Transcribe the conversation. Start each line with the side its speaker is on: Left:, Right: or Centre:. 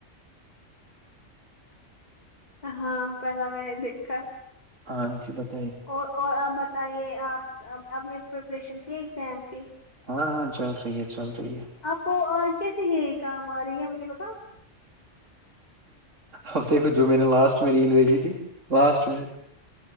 Left: ہاں پہلا میں نے دیکھا
Right: ہاں جی بت
Left: اور اور آپ بتائیے آپ آپ نے پریپریشن کی اگزام کی
Right: ہاں ہاں چل رہی ہے چل رہی ہے
Left: آپ کو آج کیسے یے کام آ رہی ہے مجھے بتاؤ
Right: آپ دیکھوں جو میں نے لاسٹ میں ریل بھیجی تھی لاسٹ میں